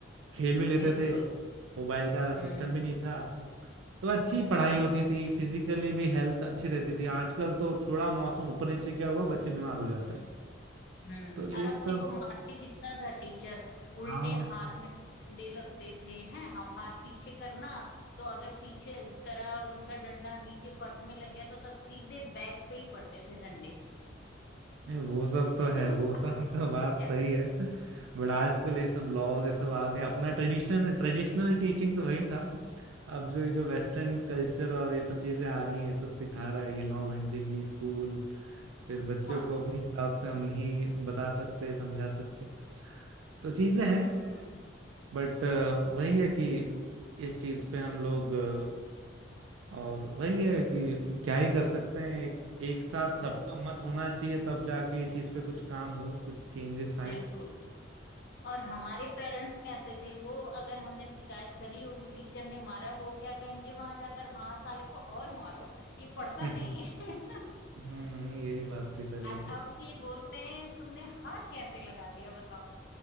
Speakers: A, on the right (about 85°); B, on the left (about 55°).
A: खेल भी लेते
B: बिल्कुल
A: थे मोबाइल का
B: हम्म
A: सिस्टम भी नहीं था तो अच्छी पढ़ाई होती थी फिजिकली भी हेल्थ अच्छी रहती थी आजकल तो थोड़ा मौसम ऊपर नीचे क्या हुआ बच्चे बीमार हो जाते हैं
B: हम्म
A: तो ये
B: और अपने
A: सब
B: को मारते कितना था टीचर उल्टे
A: हाँ
B: हाथ में डंडे लगते थे हैं हम हाथ पीछे करना तो अगर पीछे करा और उनका डंडा नीचे फर्श में लग गया तो तब सीधे बैग पे ही पड़ते थे डंडे
A: नहीं, वो सब
B: <laughs>
A: तो
B: कि
A: है
B: तू
A: वो
B: हाथ
A: सब
B: किया
A: <laughs> तो बात सही
B: है,
A: है बट आजकल ये सब लॉज ये सब आ गए अपना ट्रेडिशन ट्रेडिशनल टीचिंग तो वही था अब जो ये जो वेस्टर्न कल्चर और ये सब चीजें आ रही हैं ये सब सिखा रहा है ये नौ घंटे की स्कूल फिर बच्चों
B: मारो
A: को अपने हिसाब से हम नहीं बता सकते समझा सकते तो चीजें हैं
B: हम्म
A: बट वही है कि इस चीज पे हम लोग अ, और वही है कि क्या ही कर सकते हैं एक एक साथ
B: हम्म
A: सबका मत होना चाहिए तब जाके ये चीज पे कुछ काम हो कुछ चेंजेस आए
B: बिल्कुल और हमारे पेरेंट्स कैसे थे वो अगर हमने शिकायत करी होगी टीचर ने मारा वो क्या कहेंगे वहां जाकर हाँ साले को और मारो ये पढ़ता
A: <laughs> हम्म
B: नहीं है <laughs>
A: नहीं, यही बात थी पहले
B: और
A: की
B: अब की बोलते हैं तुमने हाथ कैसे लगा दिया बताओ